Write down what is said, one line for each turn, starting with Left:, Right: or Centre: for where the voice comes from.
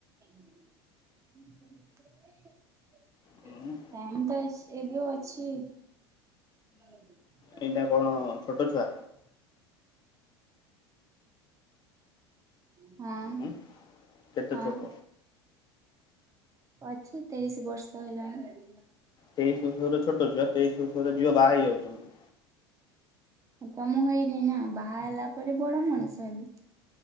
Right: <inaudible> ଟାଇମ୍ ଅଛି ତ
Left: ହୁଁ
Right: ଏବେ ଅଛି। ନ <unintelligible>
Left: ଏଇନା କଣ ଛୋଟ ଛୁଆ
Right: <inaudible> ହଁ
Left: ହୁଁ କେତେ
Right: ହଁ।
Left: ଛୋଟ
Right: ଅଛି ତେଇଶି ବର୍ଷ ହେଲାଣି।
Left: ତେଇଶ ବର୍ଷର ଛୋଟଛୁଆ, ତେଇଶ ବର୍ଷର ଝିଅ ବାହା ହେଇ ଯାଉଛନ୍ତି।
Right: ତ ମୁଁ ହେଇନି ନା, ବାହା ହେଲା ପରେ ବଡ ମଣିଷ ହେବି।